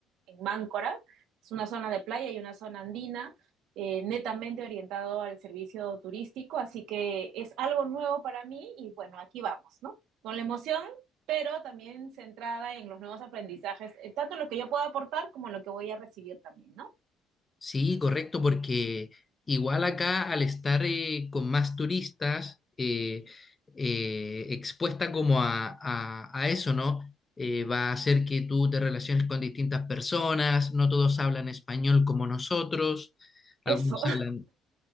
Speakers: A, on the right; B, on the left.
A: en Máncora. Es una zona de playa y una zona andina, eh, netamente orientado al servicio turístico, así que es algo nuevo para mí y bueno, aquí vamos, ¿no? Con la emoción pero también centrada en los nuevos aprendizajes, eh, tanto en lo que yo puedo aportar como en lo que voy a recibir también, ¿no?
B: Sí, correcto, porque igual acá al estar eh, con más turistas, eh, eh, expuesta como a, a- a eso, ¿no? Eh, va a hacer que tú te relaciones con distintas personas, no todos hablan español como nosotros, algunos
A: Eso.
B: hablan,